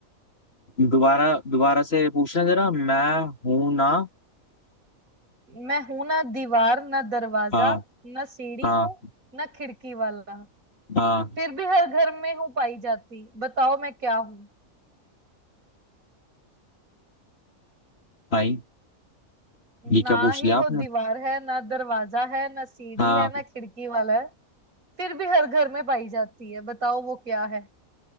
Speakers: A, on the left; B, on the right.
A: दोबारा दोबारा से पूछना जरा मैं हूं ना
B: मैं हूं ना दीवार ना दरवाजा
A: हाँ
B: ना सीढ़ी
A: हाँ
B: हूँ ना खिड़की वाला
A: हाँ
B: फिर भी हर घर में हूँ पाई जाती बताओ मैं क्या हूँ
A: भाई ये
B: ना
A: क्या पूछ
B: ही
A: लिया
B: वो
A: आपने
B: दीवार है ना दरवाजा है ना सीढ़ी
A: हाँ
B: है ना खिड़की वाला है फिर भी हर घर में पाई जाती है बताओ वो क्या है